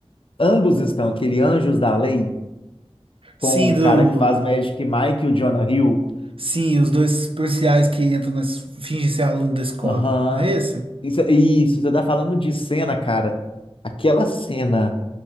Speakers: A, on the left; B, on the right.
A: Ambos estão, aquele Anjos da Lei,
B: Sim,
A: com o
B: do.
A: cara que faz Magic Mike e o Jonah Hill.
B: Sim, os dois policiais que entram na. es- fingem ser aluno da escola,
A: Aham.
B: não é esse?
A: Isso, isso, você tá falando de cena, cara. Aquela cena